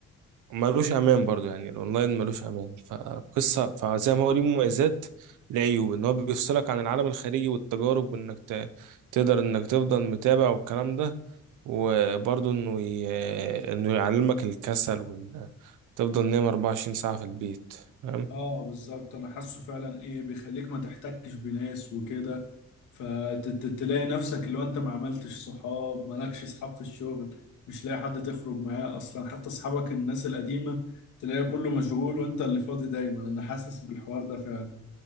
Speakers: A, on the right; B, on the left.
A: ملوش امان برضو يعني الاونلاين ملوش امان فقصه فزي ما هو ليه مميزات ليه عيوب ان هو بيفصلك عن العالم الخارجي والتجارب وانك ت... تقدر انك تفضل متابع والكلام ده وبرضو انه ي... انه يعلمك الكسل وال... تفضل نايم 24 ساعه في البيت فاهم
B: اه بالظبط انا حاسه فعلا ايه بيخليك ما تحتكش بناس وكده فتلاقي نفسك لو انت ما عملتش صحاب مالكش صحاب في الشغل مش لاقي حد تخرج معاه اصلا حتى اصحابك الناس القديمة تلاقي كله مشغول وانت اللي فاضي دايما انا حاسس بالحوار ده فعلا